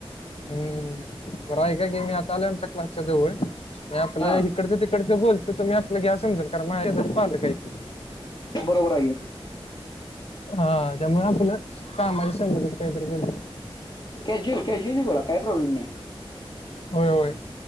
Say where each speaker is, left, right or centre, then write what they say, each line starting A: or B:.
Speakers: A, on the left; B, on the left.
A: हम्म बरं ऐका की मी आता आल आमच्या क्लासच्या जवळ मी आपल
B: हा
A: ही- ईकडं तिकडचं बोल तर तुम्ही आपला घ्या समजून कारण माझ्या शेजारी पालक आहेती.
B: बरोबर आहे की.
A: हा त्यामुळे आपलं कामाच्या संबधीत काहीतरी बोलतो.
B: कॅज्युली कॅज्युली बोला काय प्रॉब्लेम नाही
A: होय होय